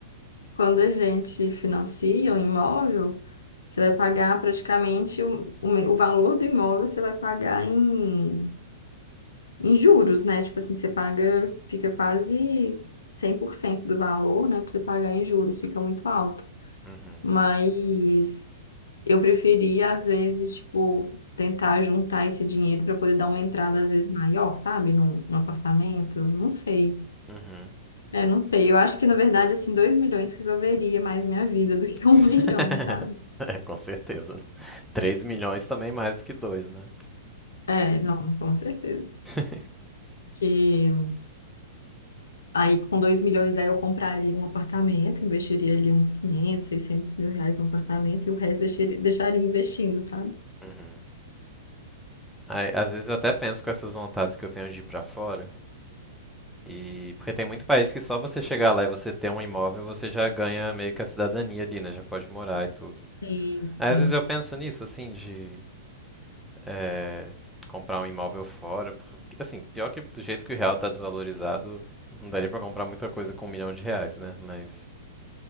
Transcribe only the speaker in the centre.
Uhum.
Uhum.
<laughs>
É, com certeza. Três milhões também é mais do que 2, né?
<laughs>
Uhum. Aí, às vezes eu até penso com essas vontades que eu tenho de ir pra fora. E porque tem muito país que só você chegar lá e você ter um imóvel, você já ganha meio que a cidadania ali, né? Já pode morar e tudo.
Aí às vezes eu penso nisso, assim, de é, comprar um imóvel fora. Porque, assim, pior que do jeito que o real tá desvalorizado, não daria pra comprar muita coisa com um milhão de reais, né? Mas